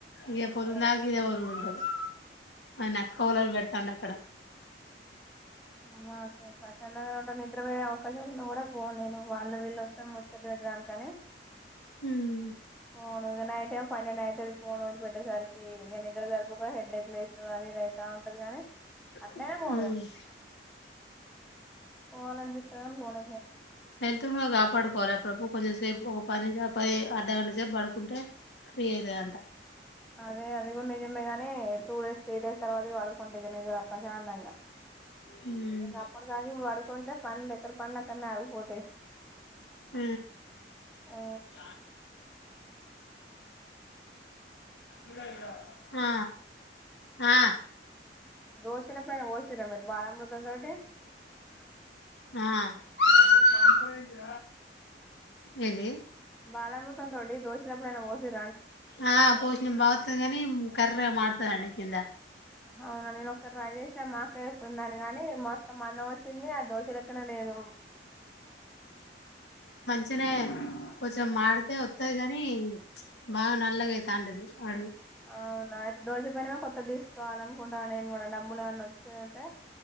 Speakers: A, on the left; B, in the centre.
A: ఇద పొద్దుందాక
B: ఓ
A: ఇదే ఒరుడు ఉంటది నెక్క లలు పెడతాం అక్కడ
B: మా చందంగా న నద్ర బ ఒక్క చెప్పున కూడా పోను నేను వాళ్ళ వీళ్ళు వస్తే ముచ్చలి పెట్టడానికి కాని
A: హ్మ్
B: ఫోన్ నైట్ పంనెండు అయితాది ఫోన్ వది పెట్టేసరికి ఇక నిద్ర తరుపు హెడ్డేక్ ప్లేసు అది ఇదై కానీ అట్లయినా
A: హ్మ్.
B: ఫోను పోవాలనిపిస్తారుని ఫోన్
A: వెళ్తుండగా కాపాడుకోవాలి అప్పుడప్పుడు కొంచెం సేపు ఒక పది పది అర్ధగంట సేపు పడుకుంటే ఫ్రీ అయితదంట.
B: అదే అది గుడ్ నిజ మే గానీ టూ డేస్, త్రీ డేస్ తర్వాత పడుకుంట ఇగ నిదరప్ ప్రశాంతంగా
A: హ్మ్.
B: ఇంకా అప్పుడు తాగి ఇప్పుడు పడుకుంటే పన్ ఎక్కడ పన్ల్ అక్కనే ఆగిపోతయి.
A: హ్
B: ఆ
A: జ ఇదయ ఆ ఆ
B: దోశల పైన పోసిర్రా మీరు బాలామృతం తోటి
A: ఆ దస తభ ఇయితే ఏంది.
B: బాలమృతం తోటి దోషలెప్పుడైనా పోసిం
A: ఆ పోషినం బాగొత్తది గనీమ్ కర్రెగ మడ్తదండి కిింద
B: అవునా నేన్ ఒకసార్ ట్రై చేస్ న మా అక్క చెప్పిందని గని మొత్తం మందం వచ్చింది ఆ దోశ లెక్కనే లేదు.
A: చనే కొంచం మాడితే వస్తది గని బాగా నల్లగైతాంటది అడుగు
B: అవునా దోశ పెనమే కొత్తద్ తీస్కోవాల్ అనుకుంటానా నేను గుడ డబ్బులు ఏమన్న వచ్చేదుంటే